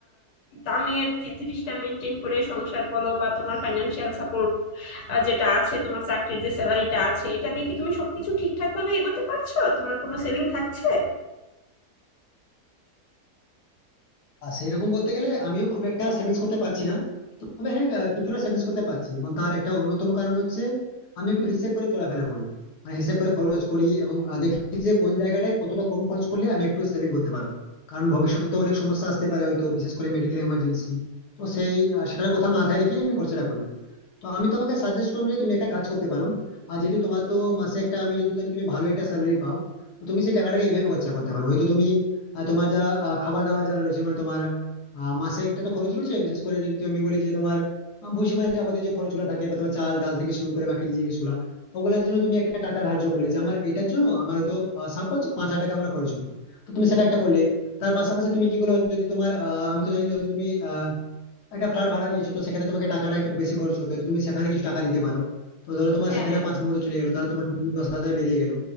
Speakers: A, on the left; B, on the left.
A: দামের যে জিনিসটা মেনটেন করে সংসার বলো বা তোমার ফাইন্যান্সিয়াল সাপোর্ট যেটা আছে তোমার চাকরির যে স্যালারিটা আছে এটা দিয়ে কি তুমি সবকিছু ঠিকঠাক ভাবে এগোতে পারছো তোমার কোনো সেভিং থাকছে
B: আর সেই রকম বলতে গেলে আমিও খুব একটা সেভিংস করতে পারছি না তবে হ্যাঁ আহ, কিছুটা সেভিংস করতে পারছি এবং তার একটা অন্যতম কারণ হচ্ছে আমি একটু হিসেব করে চলাফেরা করি মানে হিসেব করে খরচ করি এবং আহ, দেখি যে কোন জায়গাটায় কতটা কম খরচ করলে আমি একটু সেভিং করতে পারবো কারণ ভবিষ্যতে তো অনেক সমস্যা আসতে পারে হয়তো বিশেষ করে মেডিকেল এমার্জেন্সি তো সেই আহ, সেটার কথা মাথায় রেখে আমি খরচাটা করি তো আমি তোমাকে সাজেস্ট করবো যে তুমি একটা কাজ করতে পারো আর যেহেতু তোমার তো মাসে একটা আমি যদি জানি তুমি ভালো একটা স্যালারি পাও তো তুমি সেই টাকাটাকে এইভাবে খরচা করতে পারো হয়তো তুমি আহ, তোমার যারা আহ, খাবার দাবার যারা রয়েছে মানে তোমার আহ, মাসে একটা তো খরচ রয়েছে বিশেষ করে যদি আমি বলি যে তোমার আহ, ভুসি মাসে যাবতীয় যে খরচগুলো থাকে বা তোমার চাল ডাল থেকে শুরু করে বাকি যে জিনিসগুলা ওগুলোর জন্য তুমি একটা টাকা ধার্য করলে যে আমার এটার জন্য আমার হয়তো সাপোজ পাঁচ হাজার টাকা আমার খরচ হবে তো তুমি সেটা একটা করলে তার পাশাপাশি তুমি কি করলে যদি তোমার আহ, আমি তো জানি যদি তুমি আহ একটা ফ্ল্যাট ভাড়া নিয়েছো তো সেক্ষেত্রে তোমাকে টাকাটা একটু বেশি খরচ করতে হয় তো তুমি সেখানে কিছু টাকা দিতে পারো তো ধরো তোমার
A: হ্যাঁ
B: সেখানে পাঁচ হাজার মতো চলে গেলো তাহলে তোমার সেখানে দশ হাজার বেরিয়ে গেলো